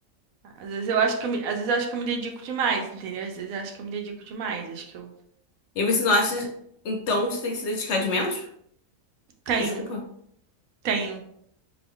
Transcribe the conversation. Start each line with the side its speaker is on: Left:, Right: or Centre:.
Right: Às vezes eu acho que eu me, às vezes eu acho que eu me dedico demais, entendeu? Às vezes eu acho que eu me dedico demais, acho que eu
Left: E você não acha,
Right: é,
Left: então, que você tem que se dedicar de menos?
Right: tenho,
Left: Desculpa.
Right: tenho,